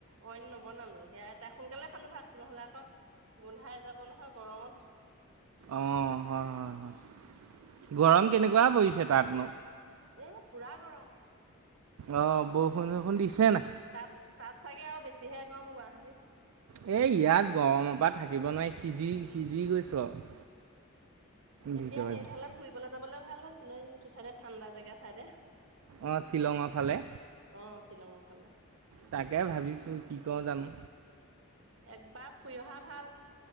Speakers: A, on the right (about 60°); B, on the right (about 80°).
A: অইন নবনালো, সেয়া তা সোনকালে খালো ভাত, নহ'লে আকৌ গোন্ধাই যাব নহয় গৰমত।
B: অ' হয়, হয়, হয়, গৰম কেনেকুৱা পৰিছে তাতনো?
A: এ পোৰা গৰম।
B: অ' বৰষুণ চৰষুণ দিছে নাই?
A: তাত তাত চাগে আৰু বেছিহে গৰম গুৱাহাটীত।
B: এ ইয়াত গৰমৰ পৰা থাকিব নোৱাৰি, সিজি সিজি গৈছোঁ আৰু।
A: এতিয়া
B: ভিতৰে
A: সেইফালে
B: ভিতৰে
A: ফুৰিবলৈ যাবলে ভাল হৈছিলে, এইটো চাইডে ঠাণ্ডা জেগা চাইডে।
B: অ শ্বিলঙৰ ফালে
A: অ শ্বিলঙৰ ফালে
B: তাকে ভাবিছো কি কও জানো
A: একবাৰ ফুৰি অহা ভাল।